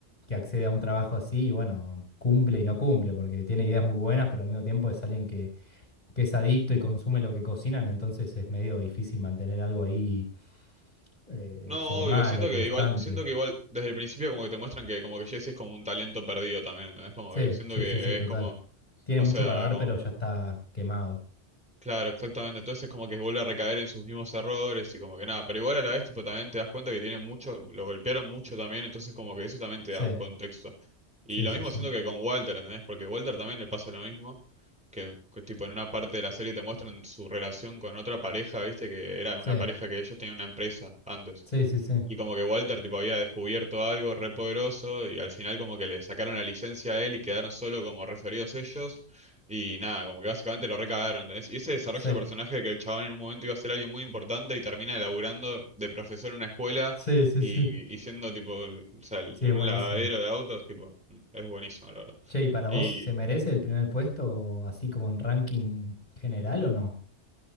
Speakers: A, on the left; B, in the centre.
A: que accede a un trabajo así y bueno, cumple y no cumple, porque tiene ideas muy buenas, pero al mismo tiempo es alguien que, que es adicto y consume lo que cocinan, entonces es medio difícil mantener algo ahí eh,
B: No,
A: formal
B: obvio, siento
A: o constante.
B: que igual, siento que igual desde el principio como que te muestran que como que Jesse es como un talento perdido también, ¿entendés? Como
A: Sí,
B: que siento
A: sí,
B: que
A: sí, sí, total.
B: es como...
A: Tiene
B: O
A: mucho
B: sea,
A: para dar,
B: como,
A: pero ya está quemado.
B: Claro, exactamente. Entonces como que vuelve a recaer en sus mismos errores y como que nada. Pero igual a la vez, tipo, también te das cuenta que tiene mucho, lo golpearon mucho también, entonces como que eso también te
A: Sí,
B: da un contexto. Y
A: sí,
B: lo
A: sí,
B: mismo
A: sí.
B: siento que con Walter, ¿entendés? Porque Walter también le pasa lo mismo, que, que, tipo en una parte de la serie te muestran su relación con otra pareja, ¿viste? Que era
A: Sí,
B: una pareja que ellos tenían una empresa antes.
A: sí, sí, sí.
B: Y como que Walter tipo había descubierto algo re poderoso y al final como que le sacaron la licencia a él y quedaron solo como referidos ellos. Y nada, como que básicamente lo recagaron, ¿entendés? Y ese desarrollo
A: Sí,
B: de personaje de que el chabón en un momento iba a ser alguien muy importante y termina laburando de profesor en una escuela
A: sí, sí,
B: y,
A: sí.
B: y siendo tipo, o sea, en
A: Sí, es
B: un
A: buenísimo.
B: lavadero de autos, tipo, es buenísimo, la verdad.
A: Che, ¿y para
B: Y,
A: vos se merece el primer puesto así como en ranking general o no?